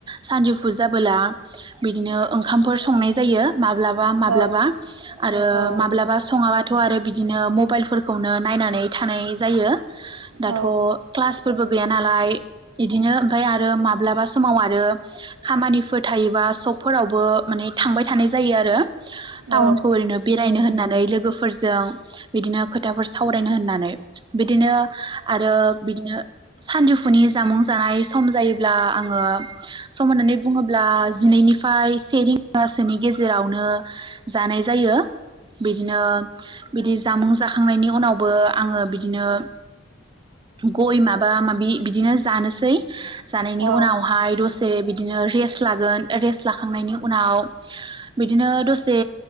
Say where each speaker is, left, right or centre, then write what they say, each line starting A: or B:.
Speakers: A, on the right; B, on the right.
A: सानजौफु जाबोला बिदिनो ओंखामफोर संनाय जायो माब्लाबा माब्लाबा
B: औ
A: आरो
B: औ
A: माब्लाबा सङा बाथ थ' आरो बिदिनो मबाइल फोरखौनो नायनानै थानाय जायो दाथ'
B: औ
A: क्लासफोरबो गैया नालाय इदिनो ओमफ्राय आरो माब्लाबा समाव आरो खामानिफोर थायोबा शकफोरावबो माने थांबाय थानाय जायो आरो
B: औ
A: टाउनखौ ओरैनो बेरायनो होननानै लोगोफोर जों बिदिनो खोथाफोर सावरायनो होननानै बिदिनो आरो बिदिनो सानजौफुनि जामुं जानाय सम जायोब्ला आङो सम होननानै बुङोब्ला जिनैनिफ्राय से रिंगासोनि गेजेरावनो जानाय जायो बिदिनो बिदि जामुस जाखांनायनि उनावबो आङो बिदिनो गय माबा माबि बिदिनो जानोसै जानायनि
B: औ
A: उनावहाय दसे बिद बिदिनो रेस्ट लागोन रेस्ट लाखांनायनि उनाव बिदिनो दसे